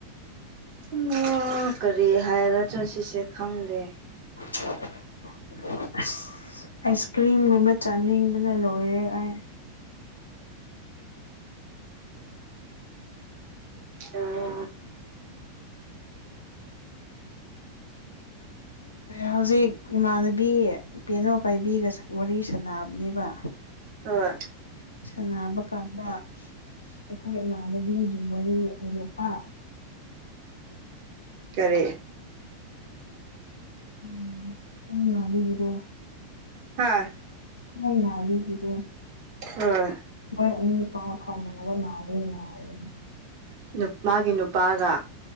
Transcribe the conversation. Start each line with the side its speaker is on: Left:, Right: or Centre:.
Right: ꯎꯝ ꯀꯔꯤ ꯍꯥꯏꯔꯗ꯭ꯔꯥ ꯁꯤꯁꯦ ꯈꯪꯗꯦ
Left: <unintelligible> ꯑꯁ ꯑꯥꯏꯁꯀ꯭ꯔꯤꯝꯒꯨꯝꯕ ꯆꯥꯅꯤꯡꯕꯅ ꯂꯣꯏꯔꯦ ꯑꯩ
Right: <unintelligible>
Left: ꯍꯧꯖꯤꯛ ꯏꯃꯥꯟꯅꯕꯤ ꯀꯩꯅꯣ ꯄꯥꯏꯕꯤꯒ ꯁ ꯋꯥꯔꯤ ꯁꯥꯅꯕꯅꯦꯕ
Right: ꯍꯣꯏ
Left: ꯁꯥꯟꯅꯕ ꯀꯥꯟꯗ ꯑꯩꯈꯣꯏ ꯏꯃꯥꯟꯅꯕꯤꯒꯤ ꯋꯥꯔꯤꯒꯤ ꯅꯨꯄꯥ
Right: ꯀꯔꯤ
Left: ꯎꯝ ꯊꯣꯡꯅꯥꯕꯤꯒꯤꯗꯣ
Right: ꯍꯥꯥ
Left: ꯈꯣꯡ ꯅꯥꯕꯤꯒꯤꯗꯣ
Right: ꯍꯣꯏ
Left: ꯄꯣꯏ ꯑꯅꯤ ꯄꯥꯎ ꯐꯥꯎꯅꯕ ꯃꯥꯥꯜꯂꯦꯅ ꯍꯥꯏ
Right: ꯅꯨ ꯃꯥꯒꯤ ꯅꯨꯄꯥꯒ